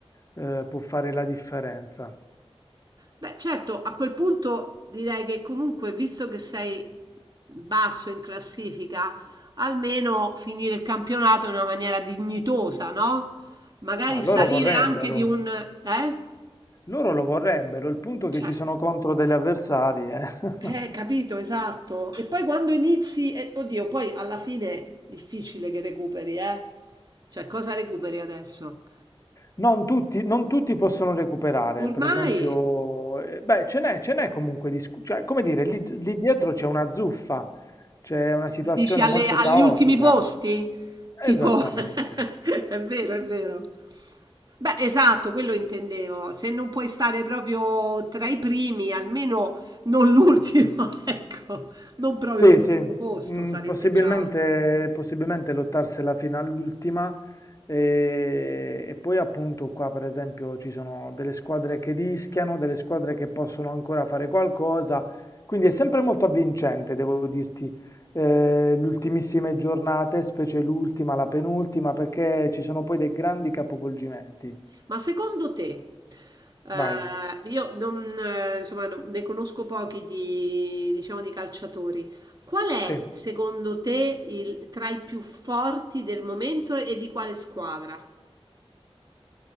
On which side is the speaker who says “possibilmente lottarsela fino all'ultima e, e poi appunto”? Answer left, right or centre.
Left